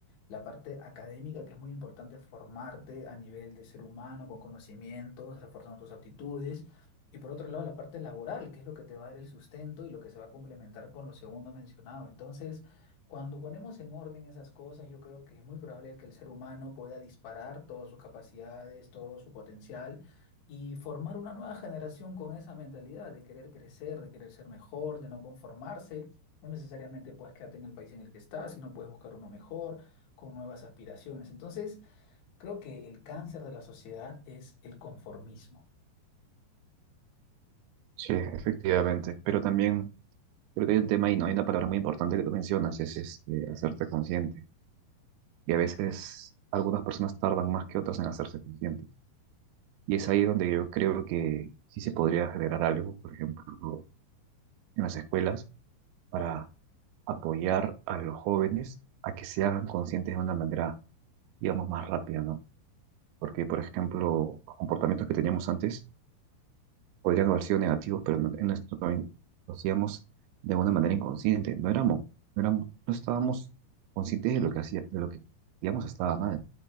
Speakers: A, on the left; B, on the right.
A: La parte académica, que es muy importante formarte a nivel de ser humano, con conocimientos, reforzando tus aptitudes. Y por otro lado, la parte laboral, que es lo que te va a dar el sustento y lo que se va a complementar con lo segundo mencionado. Entonces, cuando ponemos en orden esas cosas, yo creo que es muy probable que el ser humano pueda disparar todas sus capacidades, todo su potencial y formar una nueva generación con esa mentalidad de querer crecer, de querer ser mejor, de no conformarse. No necesariamente puedes quedarte en el país en el que estás, sino puedes buscar uno mejor, con nuevas aspiraciones. Entonces, creo que el cáncer de la sociedad es el conformismo.
B: Sí, efectivamente. Pero también, creo que hay un tema y no hay una palabra muy importante que tú mencionas, es este, hacerte consciente Y a veces algunas personas tardan más que otras en hacerse conscientes. Y es ahí donde yo creo que sí se podría generar algo, por ejemplo, en las escuelas, para apoyar a los jóvenes a que se hagan conscientes de una manera, digamos, más rápida, ¿no? Porque, por ejemplo, los comportamientos que teníamos antes podrían haber sido negativos, pero en, en nuestro, in- lo hacíamos de una manera inconsciente. No éramos, no éramos, no estábamos conscientes de lo que hacía, de lo que, digamos, estaba mal.